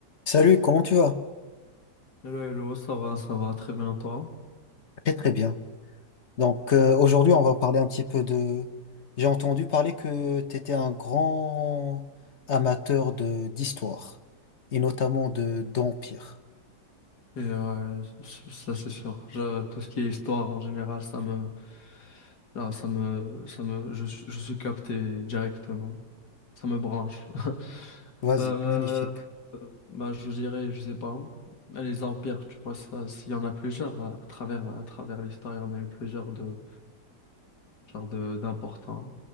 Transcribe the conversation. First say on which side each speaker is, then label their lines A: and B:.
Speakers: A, on the left; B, on the left.
A: Salut, comment tu vas?
B: Hello, hello, ça va, ça va, très bien, toi.
A: Très très bien. Donc euh, aujourd'hui, on va parler un petit peu de... J'ai entendu parler que tu étais un grand amateur de d'histoire et notamment de d'empire.
B: Et euh, c- ça, c'est sûr. Je- tout ce qui est histoire en général, ça me, non, ça me, ça me, je, suis- je suis capté directement. Ça me branche. <laughs>
A: Vas-y,
B: Euh,
A: magnifique.
B: bah, je dirais, je sais pas, les empires, tu vois, ça, s'il y en a plusieurs à, à travers, à travers l'histoire, il y en a eu plusieurs de, genre de, d'importants.